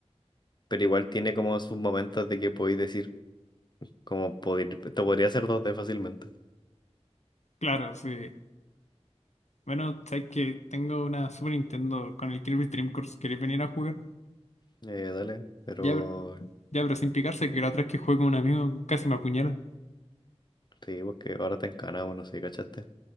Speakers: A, on the left; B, on the left.
A: pero igual tiene como sus momentos de que podéis decir como poder, te podría hacer 2D fácilmente.
B: claro, sí. Bueno, sabes que tengo una Super Nintendo con el Kirby Dream Course, ¿queréis venir a jugar?
A: Eh, dale, pero
B: Ya, pero- ya, pero sin picarse, que la otra vez que jugué con un amigo casi me apuñala.
A: sí, pues que ahora te encana, bueno, sí, ¿cachaste?